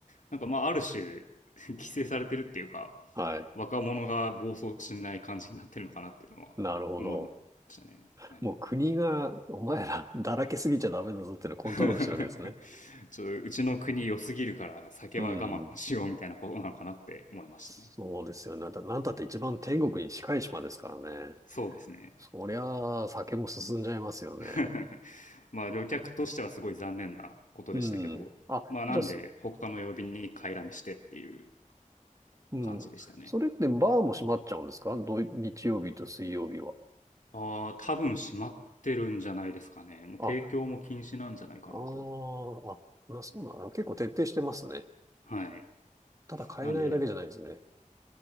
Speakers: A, on the left (about 65°); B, on the right (about 25°).
A: なんかまあある種 <laughs> 規制されてるっていうか、
B: はい。
A: 若者が暴走しない感じになってるのかなっていうのは思いましたね。
B: なるほど。
A: はい。
B: もう国が、お前ら、だらけすぎちゃダメだぞっていうのをコントロールしてるわけですね。
A: <laughs> ちょっとうちの国良すぎるから酒は我慢しようみたいなことなのかなって思いましたね。
B: うん。そうですよね。だ、なんたって一番天国に近い島ですからね。
A: そうですね。
B: そりゃあ、酒も進んじゃいますよね。
A: <laughs> まあ旅客としてはすごい残念なことでしたけど、
B: うん。あ、
A: まあなんで他の曜日に買いだめしてっていう
B: じゃあ、すうん。
A: 感じでしたね。
B: それってバーも閉まっちゃうんですか土日曜日と水曜日は。
A: ああ、多分閉まってるんじゃないですかね。もう提供も禁止なんじゃないかなと。
B: あ、ああ、あ、な、そうなの。結構徹底してますね。
A: はい。
B: ただ買えないだけじゃないですね。
A: なんで